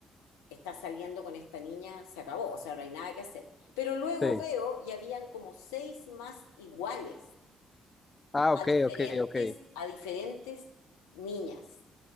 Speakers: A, on the left; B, on the left.
A: está saliendo con esta niña, se acabó, o sea, no hay nada que hacer. Pero luego
B: Sí.
A: veo y habían como seis más iguales
B: Ah,
A: a
B: ok,
A: diferentes,
B: ok, ok.
A: a diferentes niñas.